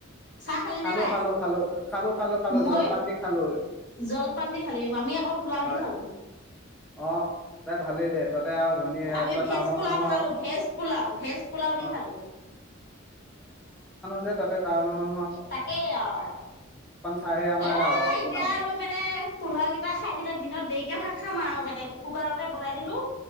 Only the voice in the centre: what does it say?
খালো-খালো-খালো-খালো-খালো-খালো
জলপান দি খালো।
হয়
অ, অ তই ভালেই দে ততে আৰু ধনী
তই
টাউনৰ
মানুহ
আৰু
অ
তে টাউনৰ মানু
চাহে আমাৰ
আৰু আপোন